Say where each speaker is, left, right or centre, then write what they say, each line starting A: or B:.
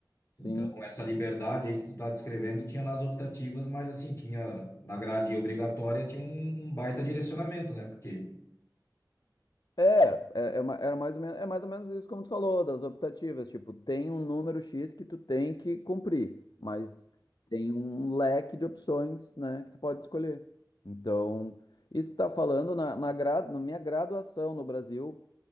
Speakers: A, on the left; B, on the left.
A: sim.
B: Então essa liberdade aí que tu tá descrevendo tinha nas optativas, mas assim, tinha na grade obrigatória tinha um, um baita direcionamento, né? Porque
A: É, é, é ma- era mais ou menos, é mais ou menos isso como tu falou, das optativas, tipo, tem um número X que tu tem que cumprir, mas tem um leque de opções, né, que tu pode escolher. Então, isso que tá falando na, na, gra- na minha graduação no Brasil,